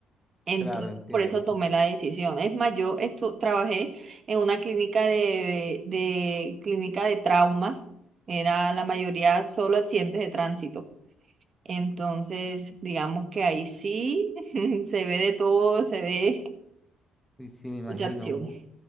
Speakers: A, on the right; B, in the centre.
A: Entonces,
B: claro, entiendo.
A: por eso tomé la decisión. Es más, yo estu- trabajé en una clínica de, de clínica de traumas. Era la mayoría solo accidentes de tránsito. Entonces, digamos que ahí sí <laughs> se ve de todo, se ve
B: Y sí, me imagino,
A: mucha acción.
B: hu-